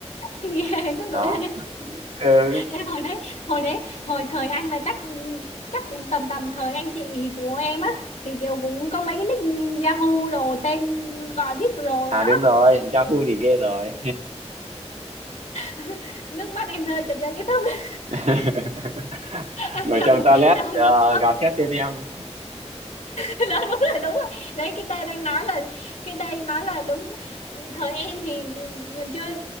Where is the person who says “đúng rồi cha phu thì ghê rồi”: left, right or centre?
Right